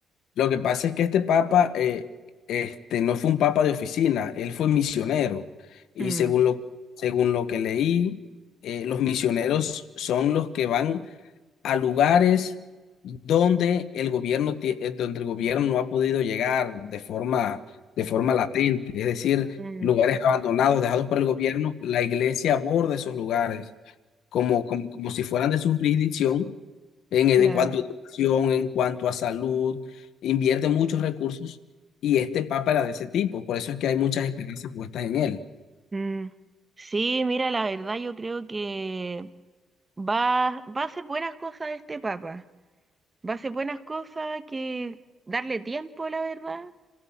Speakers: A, on the left (about 75°); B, on the right (about 20°).
A: lo que pasa es que este papa eh, este, no fue un papa de oficina, él fue misionero. Y
B: Mm,
A: según lo, según lo que leí, eh, los misioneros son los que van a lugares donde el gobierno, tie- eh, donde el gobierno no ha podido llegar de forma, de forma latente, es decir,
B: mm,
A: lugares abandonados, dejados por el gobierno, la iglesia aborda esos lugares como, como, como si fueran de su jurisdicción en, en
B: claro.
A: cuanto a educación, en cuanto a salud, invierte muchos recursos y este papa era de ese tipo, por eso es que hay muchas esperanzas puestas en él.
B: Mm. Sí, mira, la verdad yo creo que va, va a hacer buenas cosas este papa. Va a ser buenas cosas, que darle tiempo, la verdad,